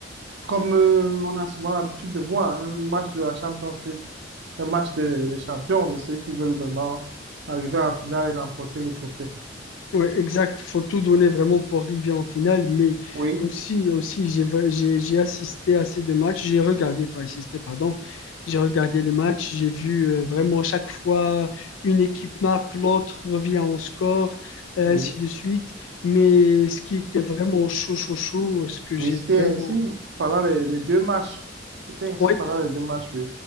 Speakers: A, on the right (about 60°); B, on the left (about 80°).
A: comme euh, on a souvent l'habitude de voir hein, un match de la Champions League, un match des des champions, de ceux qui veulent vraiment arriver en finale et remporter le trophée.
B: Ouais, exact. Faut tout donner vraiment pour arriver en finale. Mais
A: Oui,
B: aussi, aussi, j'ai, j'ai, j'ai assisté à ces deux matchs. J'ai regardé, pas assisté, pardon. J'ai regardé les matchs. J'ai vu euh, vraiment à chaque fois une équipe marque, l'autre revient en score, et ainsi
A: oui.
B: de suite. Mais ce qui était vraiment chaud, chaud, chaud, ce que j'ai
A: Oui, c'était
B: vraiment.
A: ainsi pendant les, les deux matchs. C'était ainsi
B: Ouais,
A: pendant les deux matchs, oui.